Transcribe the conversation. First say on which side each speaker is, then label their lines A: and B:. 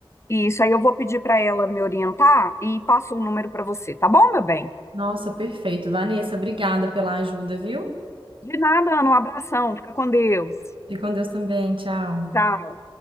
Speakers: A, on the left (about 30°); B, on the right (about 70°).
A: Isso, aí eu vou pedir para ela me orientar e passo o número para você, tá bom, meu bem?
B: Nossa, perfeito. Vanessa, obrigada pela ajuda, viu?
A: De nada, Ana, um abração, fica com Deus.
B: Fique com Deus também. Tchau.
A: Tchau.